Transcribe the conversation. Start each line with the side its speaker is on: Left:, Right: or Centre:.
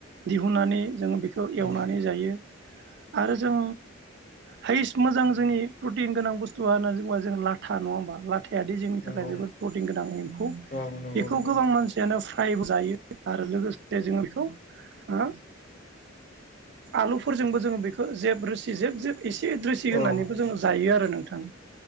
Right: दिहुननानै जों बिखौ
Left: उम
Right: एवनानै जायो आरो जों हाइस मोजां। जोंनि प्रटिन गोनां बुस्तुवा होनना जोंबा जों लाथा नङा होमबा लाथायादि जोंनि
Left: नंगौ
Right: थाखाय जोबोद प्रटिन गोनां एम्फौ।
Left: औ नंगौ
Right: बेखौ
Left: नंगौ
Right: गोबां मानसि यानो फ्रायबो जायो आरो लोगोसे जोङो बेखौ ओ आलुफोरजोंबो जोङो बेखो जेब रोसि जेब जेब एसे रोसि
Left: औ
Right: होनानै जोङो जायो आरो नोंथां